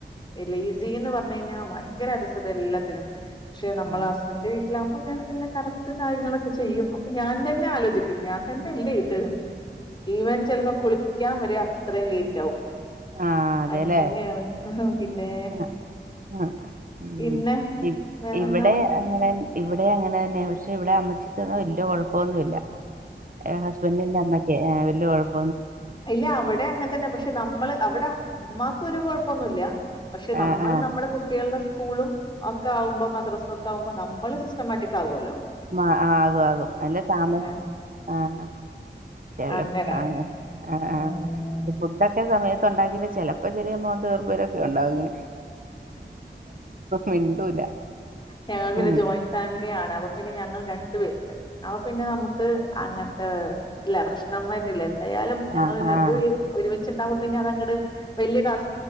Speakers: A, on the left; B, on the right.
A: ഇല്ല ഈസി എന്ന് പറഞ്ഞു കഴിഞ്ഞാ ഭയങ്കര അലസത എല്ലാത്തിനും പക്ഷെ നമ്മള
B: ആ
A: ഹസ്ബന്റിന്റെ വീട്ടിലാവ അപ്പൊ ഞാൻ എല്ലാ കറക്റ്റും കാര്യങ്ങളൊക്കെ ചെയ്യും. ഞാൻ തന്നെ ആലോചിക്കും, ഞാൻ ത ഇല്ല ഇത് ഇവൻ ചിലപ്പോ കുളിക്കാൻ വര അത്രയും ലേറ്റ് ആകും
B: ആ അതെല്ലേ
A: അങ്ങനെയാണ് പിന്നെ,
B: ആ, ആ. ഉം.
A: പിന്നെ
B: ഇ-
A: വേറെന്താണ്
B: ഇവിടെ അങ്ങനെ ഇവിടെ അങ്ങനെ ന്നെ, പക്ഷെ ഇവിടെ അമ്മച്ചിക്കൊന്നും വല്യ കുഴപ്പന്നുല്ല. ഹസ്ബെൻറിന്റമ്മക്ക് <unintelligible>
A: അല്ല അവിടെ അങ്ങെ തന്നെ പക്ഷെ, നമ്മള് അവിടെ ഉമ്മാക്ക് ഒരു കുഴപ്പൊന്നുല്ല പക്ഷെ നമ്മള്
B: ആ ആ
A: നമ്മുടെ കുട്ടികൾടെ സ്കൂളും ഒക്കെ ആകുമ്പോ മദ്രസ ക്കെ ആവുമ്പോൾ നമ്മള് സിസ്റ്റമാറ്റിക് ആവുല്ലോ
B: മാഹ് ആകും ആകും. അല്ല താമസി
A: ഏഹ്.
B: ആഹ് ചെല
A: അങ്ങനെ.
B: ആ ആഹ്
A: ഉം.
B: ആഹ് ഫുഡൊക്കെ സമയത്ത് ഉണ്ടാക്കിലെ ചെലപ്പോ ചെറിയ മോന്ത വീർപ്പ ലൊക്കെണ്ടാവുലെ മിണ്ടൂല
A: ഞങ്ങ പിന്നെ
B: ഉം
A: ജോയിന്റ് ഫാമിലിയാണ് അപ്പൊ പിന്നെ ഞങ്ങൾ രണ്ടു പേരുണ്ട് അപ്പ പിന്നെ നമുക്ക് അങ്ങനത്തെ ല്ല പ്രശ്നം വര്ന്നില്ല ന്തായാലും ഞങ്ങൾ
B: ആഹ്
A: രണ്ടുപേരും
B: ആഹ്
A: ഒരുമി <unintelligible> പിന്നെ അതങ്ങട് വല്ല്യ ടാസ്